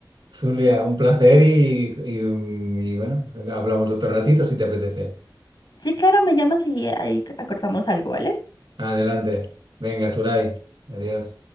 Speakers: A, on the right (about 80°); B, on the left (about 75°).
A: Zulia, un placer y, y, um, y bueno, hablamos otro ratito si te apetece.
B: Sí, claro, me llamas y ahí acordamos algo, ¿vale?
A: Adelante. Venga, Zulay. Adiós.